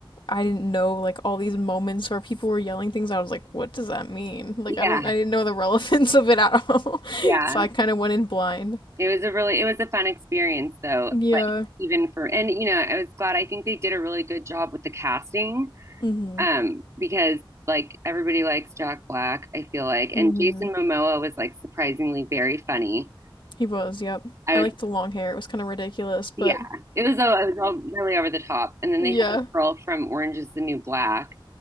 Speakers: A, on the left; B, on the right.
A: I didn't know like all these moments where people were yelling things. I was like, "What does that mean?" Like
B: Yeah,
A: I don't I didn't know the <laughs> relevance of it at all.
B: yeah.
A: <laughs> So, I kind of went in blind.
B: It was a really, it was a fun experience though.
A: Yeah.
B: Like even for, and you know, I was glad. I think they did a really good job with the casting.
A: hmm
B: um, because like everybody likes Jack Black, I feel like, and
A: hmm
B: Jason Momoa was like surprisingly very funny.
A: He was, yep.
B: I
A: I liked
B: was,
A: the long hair. It was kind of ridiculous, but
B: yeah, it was all, it was all really over the top. And then
A: <laughs>
B: they had the
A: yeah.
B: girl from Orange is the New Black.